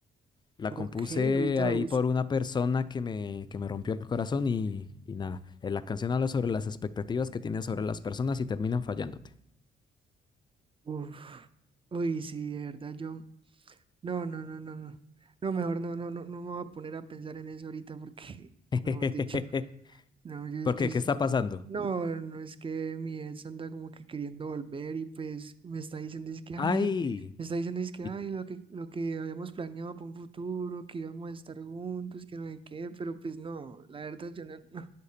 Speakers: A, on the left (about 20°); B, on the right (about 25°).
A: la
B: ok,
A: compuse
B: ahorita
A: ahí
B: la busco.
A: por una persona que me, que me rompió el corazón y, y nada, eh, la canción habla sobre las expectativas que tienes sobre las personas y terminan fallándote.
B: Uf, uy, sí, de verdad, yo, No, no, no, no, no. No, mejor no, no, no, no me voy a poner a pensar en eso ahorita porque, <laughs>
A: <laughs>
B: mejor dicho, no, yo,
A: ¿Por
B: yo-
A: qué? ¿Qué está pasando?
B: no, no es que mi ex anda como que queriendo volver y pues me está diciendo es que,
A: Ay,
B: ay, me está diciendo es que,
A: y-
B: ay, lo que, lo que habíamos planeado para un futuro, que íbamos a estar juntos, que no hay qué, pero pues no, la verdad yo no, no,